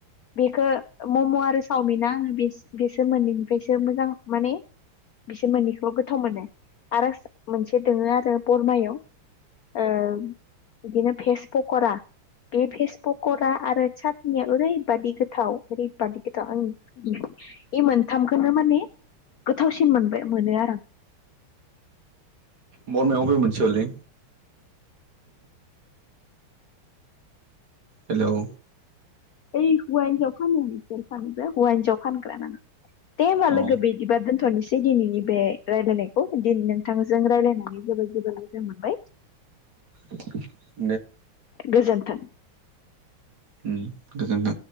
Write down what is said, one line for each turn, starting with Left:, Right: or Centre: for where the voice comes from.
Left: बेखौ मम' आरो चावमिना आङो बेस- बेसोर मोननैनिफ्रायसो मोजां माने बिसोर मोननैखौ गोथाव मोनो आरो मोनसे दोङो आरो बरमायाव ओ बिदिनो भेस पकरा बे फेसबुका आरो चाटनिया ओरैबादि गोथाव ओरैबादि गोथाव आं इ बे मोनथामबखौनो माने गोथावसिन मोनबाय मोनो आरो आं
Right: बरमायावबोे मोनसे हलै हेलौ
Left: ओय हौवा हिनजाव फानो बीसोर सानैबो हौवा हिनजाव फानग्रा ना दे होमबा
Right: अ
Left: लोगो बिदिबा दोनथ'नोसै दिनैनि बे रायलायनायखौ दिन नोंथांजों रायज्लायनानै जोबोद जोबोद मोजां मोनबाय।
Right: <inaudible>
Left: गोजोन्थों।
Right: उम गोजोनथों।